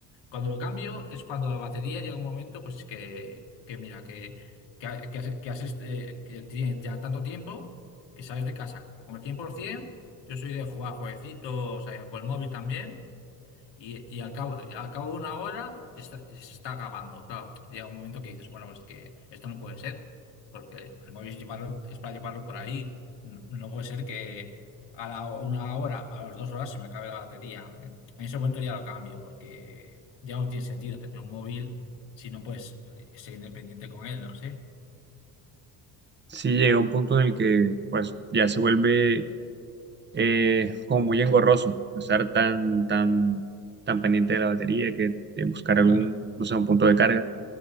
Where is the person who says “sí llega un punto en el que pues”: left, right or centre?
Right